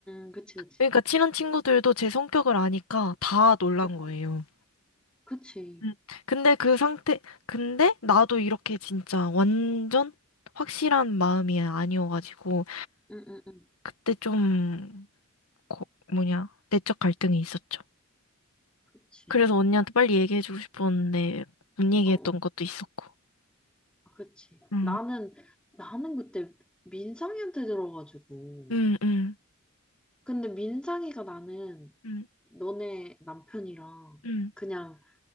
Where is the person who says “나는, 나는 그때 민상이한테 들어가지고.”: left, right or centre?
Centre